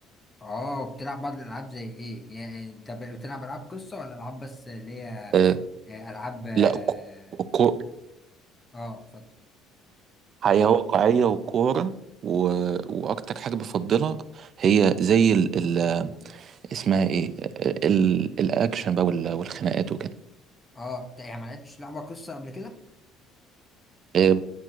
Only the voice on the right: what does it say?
آه،
لا كو كو-
حياة واقعية وكورة و... واكتر حاجة بفضلها هي زي ال... ال... اسمها ايه ال... الاكشن بقى وال... والخناقات وكده
آه،